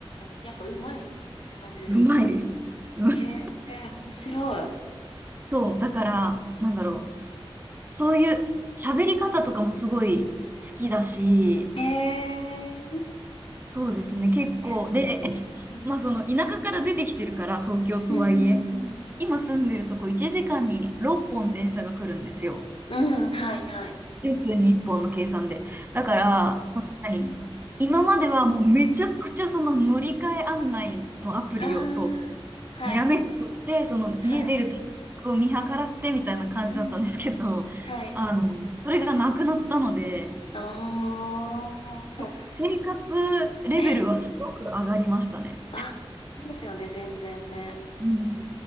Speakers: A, on the left; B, on the right.
A: やっぱうまいって感じですか
B: うまいです。うまい
A: へえ、面白い。
B: そう、だから、なんだろう、そういう喋り方とかもすごい好きだし、
A: へえ、
B: そうですね、結構。
A: いいですね。
B: で、<laughs>
A: うん、
B: まあその田舎から出てきてるから、東京とはいえ、
A: うん、うん、
B: 今住んでるとこ1時間に6本電車が来るんですよ。
A: うん。うん、はい、はい。
B: 1分に1本の計算で。だから、
A: うん。
B: その何今まではもうめちゃくちゃその乗り換え案内のアプリをと、
A: ああ、はい、
B: にらめっこして、その家出るタイミングを見計らってみたいな感じだったんですけど、
A: はい。うんうん。はい。
B: あの、それがなくなったので、
A: ああ、じゃあ、
B: ふ生活レベルはすごく上がりましたね。
A: ね、あ、そうですよね、全然ね。
B: うん